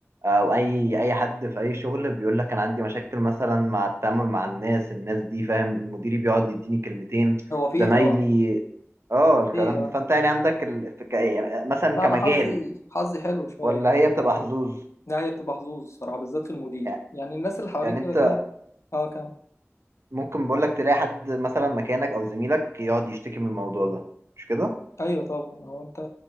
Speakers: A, on the right (about 60°); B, on the left (about 65°).
A: او اي اي حد في اي شغل بيقول لك انا عندي مشاكل مثلا مع التعامل مع الناس الناس دي فاهم مديري بيقعد يديني كلمتين
B: هو فيه
A: زمايلي
B: طبعا
A: اه الكلام
B: فيه
A: ده فانت يعني عندك ال... في ك... يعني مثلا
B: لا
A: كمجال
B: انا حظي حظي حلو شويه
A: ولا هي بتبقى حظوظ
B: لا هي بتبقى حظوظ الصراحه بالذات في المدير
A: يعني
B: يعني الناس اللي حواليك
A: يعني انت
B: كده كده اه كام
A: ممكن بقول لك تلاقي حد مثلا مكانك او زميلك يقعد يشتكي من الموضوع ده مش كده
B: ايوه طبعا هو انت